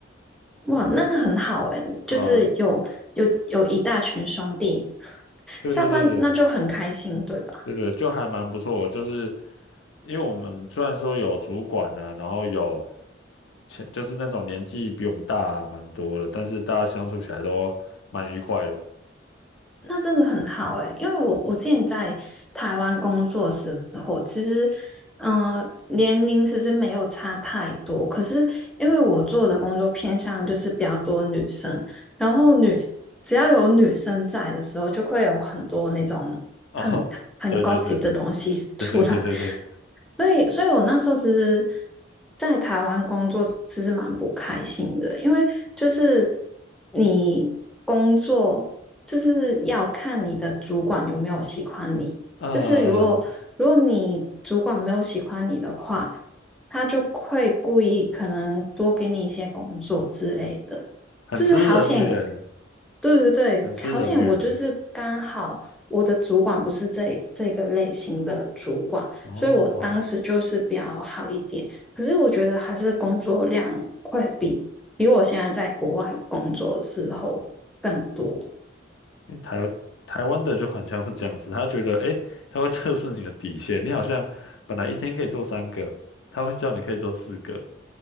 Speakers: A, in the centre; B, on the left (about 70°).
A: 哇，那很好诶，就是有有有一大群兄弟
B: 对吧、对对对对。
A: 上班那就很开心，对吧？
B: 对对，就还蛮不错的，就是因为我们虽然说有主管啊，然后有前就是那种年纪比我们大蛮多的，但是大家相处起来都蛮愉快的。
A: 那真的很好诶，欸因为我我之前在台湾工作的时候，其实，嗯、呃年龄其实没有差太多，可是因为我做的工作偏向就是比较多女生，然后女只要有女生在的时候，就会有很多那种很很
B: <laughs> 哦，对对对
A: gossip 的东西 <laughs>
B: 对对对对对，
A: 出来，所以，所以我那时候其实，在台湾工作其实蛮不开心的，因为就是你工作就是要看你的主管有没有喜欢你，
B: 呃，
A: 就是如果如果你主管没有喜欢你的话，他就会故意可能多给你一些工作之类的，
B: 很吃人缘，
A: 就是好险，对对对，
B: 很吃人缘。
A: 好险我就是刚好我的主管不是这这个类型的主管。
B: 哦，
A: 所以我当时就是比较好一点。可是我觉得还是工作量会比比我现在在国外工作的时候更多。
B: 因为台台湾的就很像是这样子，他觉得诶，他会测试你的底线，你好像本来一天可以做三个，他会叫你可以做四个，